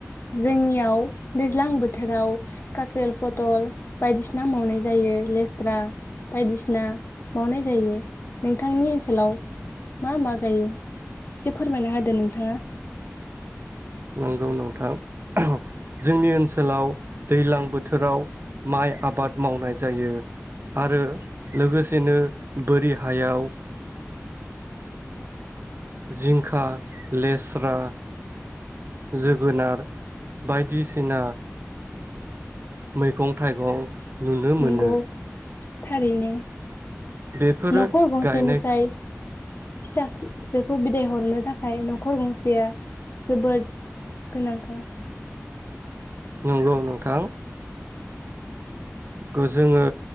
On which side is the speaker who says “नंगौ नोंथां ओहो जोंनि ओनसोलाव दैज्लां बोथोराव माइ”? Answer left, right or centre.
Right